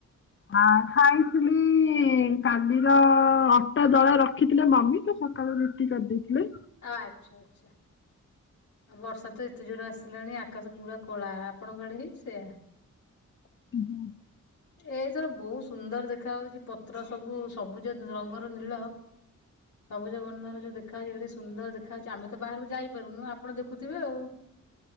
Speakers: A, on the left; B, on the left.
A: ଆ ଖାଇଥିଲି କାଲିର ଅଟା ଦଳା ରଖିଥିଲେ ମମି ତସକାଳୁ ରୁଟି କରିଦେଇଥିଲେ
B: ଆଚ୍ଛା ଆଚ୍ଛା ଆବର୍ଷାତ ଏତେ ଜୋରେ ଆସିଲାଣି ଆକାଶ ପୁରା କଳା ଆପଣଙ୍କ ଆଡ଼େ ହେଇଚି ସେଇଆ?
A: <inaudible>
B: ଏଇଥର ବହୁତ୍ ସୁନ୍ଦର ଦେଖା ହୋଉଛି ପତ୍ର ସବୁ ସବୁଜ ରଙ୍ଗର ନୀଳ। ସବୁଜ ବର୍ଣ୍ଣର ଯୋଉ ଦେଖାହଉଛି ଯଦି ସୁନ୍ଦର ଦେଖା ଯାଉ ଆମେ ତ ବାହାରକୁ ଯାଇପାରୁନୁ ଆପଣ ଦେଖୁଥିବେ ଆଉ।